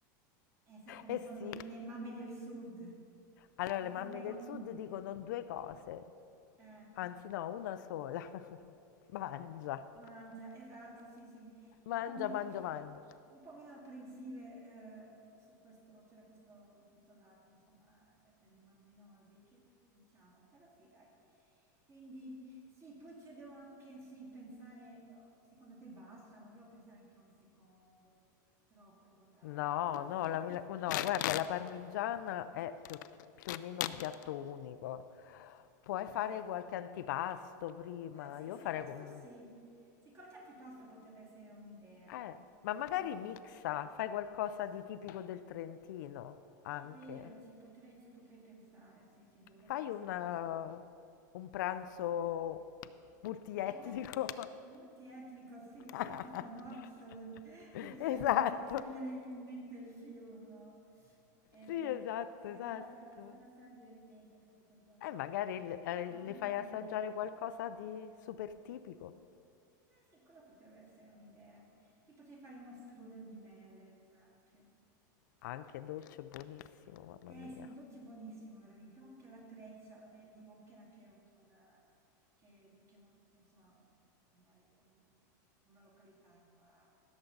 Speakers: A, on the right; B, on the left.
A: Eh sai come
B: Eh
A: sono
B: sì,
A: le le mamme del sud,
B: allora
A: un
B: le
A: po'
B: mamme
A: meno
B: del sud
A: un
B: dicono due cose,
A: eh.
B: anzi no, una sola. <laughs> Mangia,
A: Mangia, esatto, sì, sì, un
B: mangia,
A: po' meno,
B: mangia, mangia.
A: un po' meno apprensive eh, su questo, cioè da questo, da questo lato, insomma, de- delle mamme nordiche, diciamo, però sì, dai. Quindi sì, poi ci devo anche, sì, pensare, no, secondo te basta, non devo pensare anche a un secondo, troppo magari,
B: No,
A: per la
B: no,
A: sera.
B: la, mila- no, guarda, la parmigiana è più, più o meno un piatto unico.
A: Sì,
B: Puoi
A: sì.
B: fare qualche antipasto prima.
A: Ah, sì,
B: Io
A: sì,
B: farei
A: questo
B: con-
A: sì. Sì, qualche antipasto potrebbe essere un'idea.
B: Eh, ma magari
A: Che sì.
B: mixa, fai qualcosa di tipico del Trentino
A: È
B: anche.
A: vero, ci potrei, ci potrei pensare, sì, sì, dovrò
B: Fai
A: pensarci.
B: una- un pranzo multietnico.
A: È un ex- multietnico, sì, sì,
B: <laughs>
A: tipo nord-sud, tipo sai,
B: Esatto,
A: cioè mi viene in mente il film, no? Eh,
B: sì, esatto,
A: sarà,
B: esatto.
A: sarà, sarà, sarà divertente perché così almeno
B: E magari
A: le-
B: le eh,
A: sono
B: le
A: tutti
B: fai
A: contenti.
B: assaggiare qualcosa di super tipico,
A: Eh sì, quella potrebbe essere un'idea. Si poteva fare uno strudel di mele anche.
B: anche dolce, buonissimo,
A: Eh
B: mamma mia.
A: sì, un dolce buonissimo veramente, con anche l'attrezza, vabbè, di Monchena che è un- che è una, che, che è molto, insomma, un- una, re- un- una località qua,